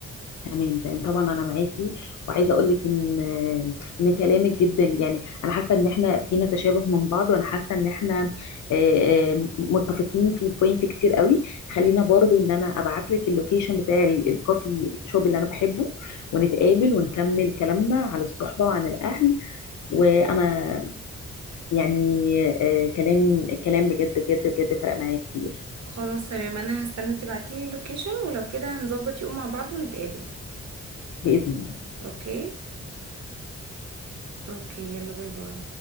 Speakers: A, on the left; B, on the right.
A: تمام تمام طبعا انا معاكي وعايزه اقول لك ان ان كلامك جدا يعني انا حاسه ان احنا فينا تشابه من بعض وانا حاسه ان احنا آه، آه، متفقين في بوينت كتير قوي خلينا برضو ان انا ابعت لك اللوكيشن بتاع ال- الكوفي شوب اللي انا بحبه ونتقابل ونكمل كلامنا على الصحبه وعن الاهل وانا يعني آه، كلام كلام بجد بجد بجد فرق معايا كتير
B: خلاص تمام انا هستنى تبعتيلي اللوكيشن ولو كده هنظبط يوم مع بعض ونتقابل
A: باذن الله
B: اوكي اوكي يلا باي باي